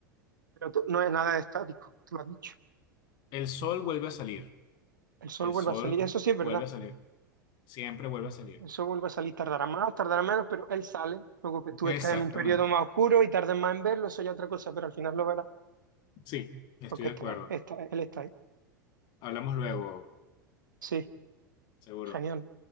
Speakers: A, on the right; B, on the left.
A: pero tú- no es nada estático, tú lo has dicho.
B: El sol vuelve a salir,
A: El sol
B: el
A: vuelve
B: sol
A: a salir, eso sí es verdad.
B: vuelve a salir, siempre vuelve a salir.
A: El sol vuelve a salir, tardará más, tardará menos, pero él sale. Luego que tú estés
B: Exactamente,
A: en un periodo más oscuro y tardes más en verlo, eso ya es otra cosa, pero al final lo verás,
B: sí, estoy
A: porque
B: de
A: está,
B: acuerdo.
A: está, él está ahí.
B: Hablamos luego,
A: Sí,
B: seguro.
A: genial.